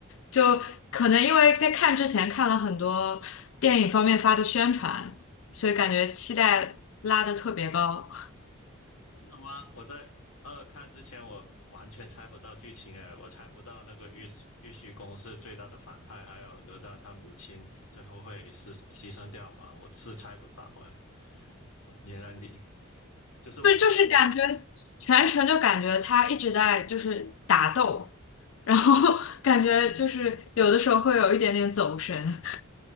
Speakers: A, on the left; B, on the left.
A: 就可能因为在看之前看了很多电影方面发的宣传，所以感觉期待拉得特别高。
B: 真的吗？我在二看之前，我完全猜不到剧情哎，我猜不到那个玉玉虚宫是最大的反派，还有哪吒他母亲最后会是牺牲掉吗？我是猜不到哎。我原来你就是我看了，
A: 对，就是感觉
B: 我也
A: 全程就感觉他一直在就是打斗，然后 <laughs> 感觉就是有的时候会有一点点走神。